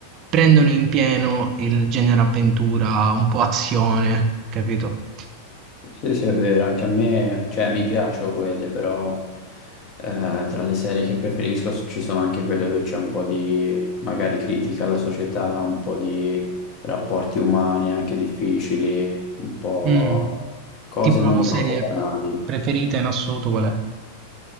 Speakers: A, on the right (about 35°); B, on the left (about 35°).
A: prendono in pieno il genere avventura, un po' azione, capito?
B: Sì, sì, è vero, anche a me, cioè mi piacciono quelle, però eh, tra le serie che preferisco s- ci sono anche quelle dove c'è un po' di magari critica alla società, un po' di rapporti umani anche difficili, un po'
A: Mm,
B: cose
A: Tipo
B: non
A: la tua
B: troppo
A: serie
B: banali.
A: preferita in assoluto qual è?